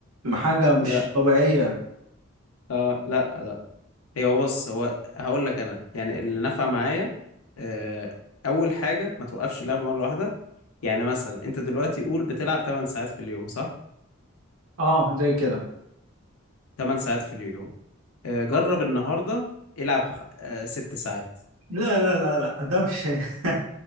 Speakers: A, on the right; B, on the left.
A: حاجه مش
B: لا
A: طبيعيه
B: اه لا لا هي هو بص هو هقول لك انا يعني اللي نفع معايا آه، اول حاجه ما توقفش اللعب مره واحده يعني مثلا انت دلوقتي قول بتلعب 8 ساعات في اليوم صح
A: اه زي كده
B: 8 ساعات في اليوم آه، جرب
A: آه.
B: النهارده العب خ- آه، 6 ساعات
A: لا لا لا لا ده مش <laughs>